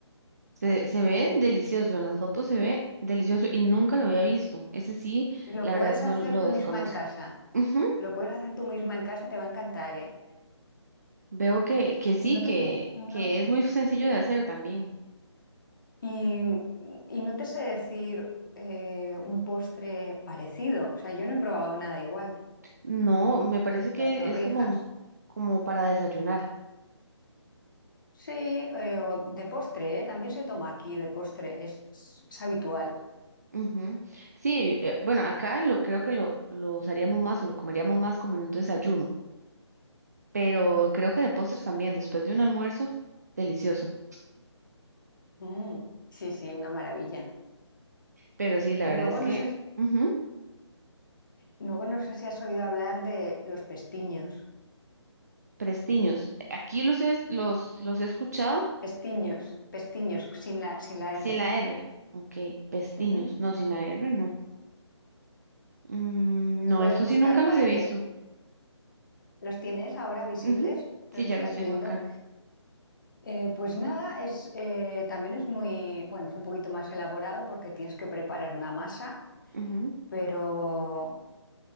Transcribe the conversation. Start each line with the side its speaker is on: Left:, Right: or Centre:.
Right: Se, se ve delicioso, en las fotos se ve delicioso y nunca lo había visto. Ese sí,
Left: lo
Right: la
Left: puedes
Right: verdad no
Left: hacer
Right: lo
Left: tú
Right: desconozco.
Left: misma en casa.
Right: Ujú,
Left: Lo puedes hacer tú misma en casa, te va a encantar, ¿eh?
Right: Veo que, que sí,
Left: Y no
Right: que,
Left: te, pu- y no,
Right: que es muy sencillo
Left: sí.
Right: de hacer también.
Left: Y- y no te sé decir eh, un postre parecido. O sea, yo no he probado nada igual.
Right: No, me parece
Left: Las
Right: que
Left: torrijas.
Right: es como, como para desayunar.
Left: Sí, eh, o de postre, ¿eh? También se toma aquí de postre, es es habitual.
Right: Ujú. Sí, eh, bueno, acá lo creo que lo, lo usaríamos más o lo comeríamos más como en un desayuno, pero creo que de postres también, después de un almuerzo, delicioso.
Left: Mm, sí, sí, una maravilla.
Right: Pero sí, la
Left: Y
Right: verdad
Left: luego
Right: es
Left: no
Right: que
Left: sé,
Right: ujú,
Left: luego no sé si has oído hablar de los pestiños.
Right: Prestiños. Aquí los, es- los, los he escuchado
Left: Pestiños, pestiños, sin la, sin la
Right: sin
Left: R.
Right: la R. Ok, Pestiños.
Left: Ujú.
Right: No, sin la R, no. Mm, no,
Left: Puedes
Right: estos
Left: buscar
Right: sí nunca
Left: para
Right: los he visto.
Left: que los tienes ahora visibles,
Right: Ujú, Sí,
Left: los
Right: ya
Left: estás
Right: los tengo
Left: viendo.
Right: acá.
Left: Eh, pues nada, es, eh, también es muy, bueno, es un poquito más elaborado porque tienes que preparar una masa,
Right: Ujú,
Left: pero